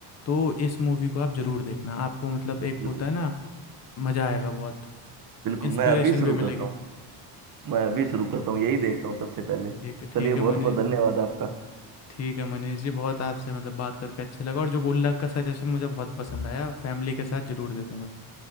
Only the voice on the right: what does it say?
बिल्कुल
बिल्कुल
मैं अभी शुरू
करता हूँ मैं अभी शुरू करता हूँ यही देखता हूँ सबसे पहले
चलिए बहुत
बहुत धन्यवाद आपका